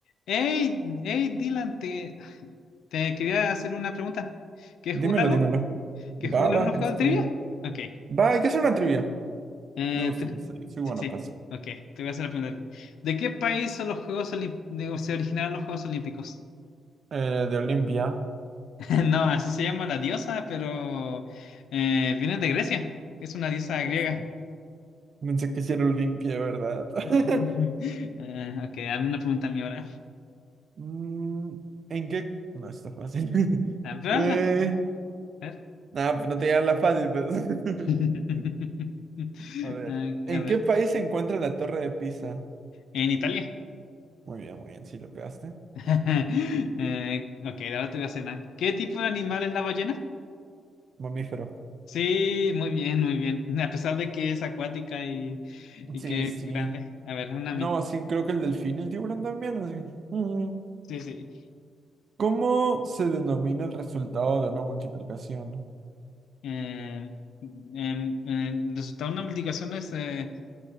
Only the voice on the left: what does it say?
Hey, hey, Dylan, te, te quería hacer una pregunta. ¿Quieres
jugar algo?
¿Quieres
jugar
unos juegos
de trivia? Ok.
Eh,
tri-
sí,
sí.
Ok, te voy a hacer la pregunta. ¿De qué país son los Juegos Olim- se originaron los Juegos Olímpicos?
<laughs> No, así se llama la diosa, pero eh, viene de Grecia. Es una diosa griega.
<laughs> Eh, ok, hazme una pregunta a mí ahora.
A ver,
hazla. A ver.
<laughs>
Ah,
a ver.
En Italia.
<laughs> Eh, ok, ahora te voy a hacer una. ¿Qué tipo de animal es la ballena?
Sí, muy bien, muy bien. A pesar de que es acuática y, y
que
es grande. A ver, una a
mí.
Sí, sí.
Eh, em, eh, resultado de una multiplicación es eh,